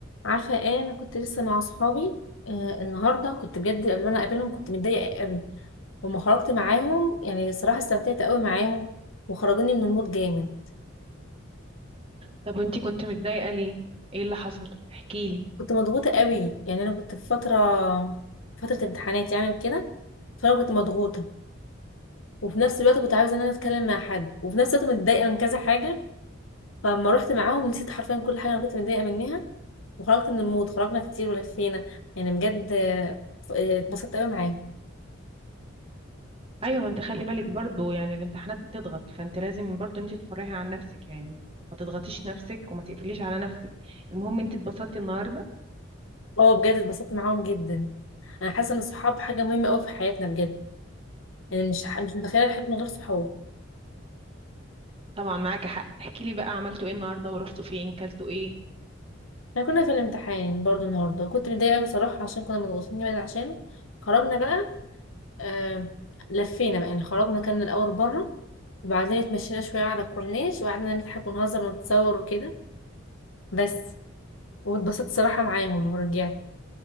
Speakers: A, on the left; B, on the right.
A: عارفه ايه انا كنت لسه مع اصحابي آه النهارده كنت بجد اللي انا قابلهم كنت متضايقه قوي وما خرجت معاهم يعني صراحه استمتعت قوي معاهم وخرجوني من المود جامد
B: طب وانتي كنت متضايقة ليه؟ ايه اللي حصل؟ احكيلي
A: كنت مضغوطه قوي يعني انا كنت في فتره فتره امتحانات يعني وكده فانا كنت مضغوطه وفي نفس الوقت كنت عايزه ان انا اتكلم مع حد وفي نفس الوقت متضايقه من كذا حاجه فلما رحت معاهم نسيت حرفيا كل حاجه انا كنت متضايقه منها وخرجت من المود خرجنا كتير ولفينا يعني بجد آه، اتبسطت قوي معاهم
B: ايوه ما انت خلي بالك برضو يعني الامتحانات بتضغط فانت لازم برضو انت تفرحي عن نفسك يعني ما تضغطيش نفسك وما تقفليش على نفسك المهم انت اتبسطتي النهارده
A: اه بجد اتبسطت معاهم جدا انا حاسه ان الصحاب حاجه مهمه قوي في حياتنا بجد يعني مش ح... مش متخيله الحياه من غير صحاب
B: طبعا معاكي حق احكيلي بقى عملتوا ايه النهارده ورحتوا فين كلتوا ايه
A: احنا كنا في الامتحان برضو النهارده وكنت متضايقه قوي بصراحه عشان كنا مضغوطين جامد عشانه خرجنا بقى آه... لفينا بقى يعني خرجنا كان الاول بره وبعدين اتمشينا شويه على الكورنيش وقعدنا نضحك ونهزر ونتصور وكده بس واتبسطت صراحه معاهم ورجعت